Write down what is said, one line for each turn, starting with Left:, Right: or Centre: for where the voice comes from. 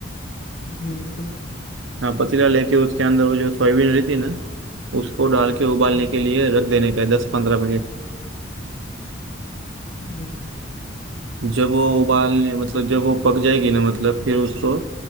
Left: जी बिल्कुल
Right: हाँ पतीला लेके उसके अंदर वो जो सोयाबीन रहती है ना उसको डाल के उबालने
Left: हम्म
Right: के लिए रख देने का है दस पंद्रह मिनट
Left: जी जी
Right: जब वो उबालने मतलब जब वो पक जाएगी ना मतलब फिर उसको